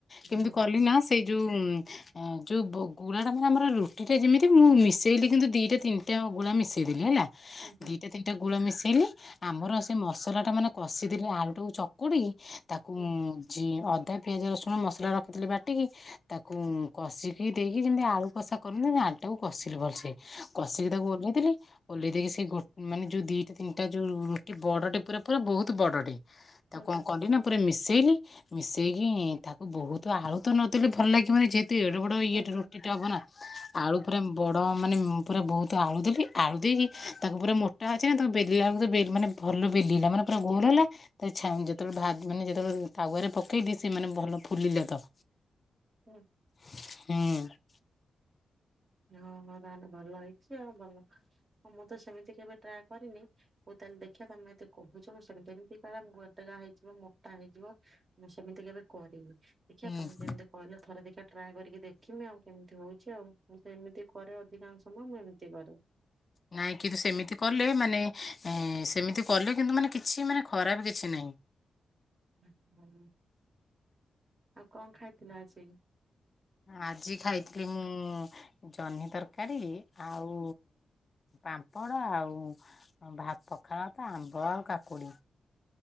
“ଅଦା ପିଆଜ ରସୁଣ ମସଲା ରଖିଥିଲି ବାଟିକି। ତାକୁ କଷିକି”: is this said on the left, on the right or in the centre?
Left